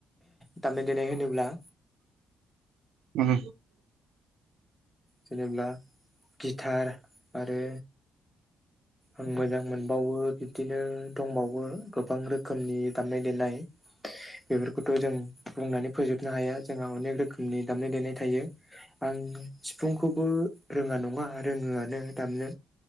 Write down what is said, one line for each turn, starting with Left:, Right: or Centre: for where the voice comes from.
Centre: दामनाय- देनाय होनोब्ला
Right: उम।
Centre: जेनेब्ला गिटार आरो
Right: <unintelligible>
Centre: आं मोजां मोनबावो बिबदिनो दंबावो गोबां रोखोमनि दामनाय -देनाय
Right: <unintelligible>
Centre: बेफोरखौथ' जों बुंनानै फोजोबनो हाया जोंहा अनेक रोखोमनि दामनाय- देनाय थायो आं सिफुंखौबो रोङा नङा रोङोआनो दामनो